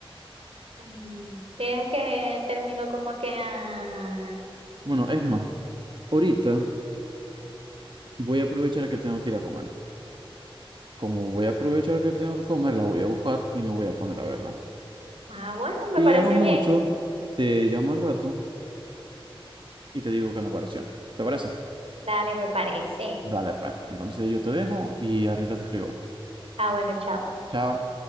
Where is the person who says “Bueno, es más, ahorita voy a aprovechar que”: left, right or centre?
Right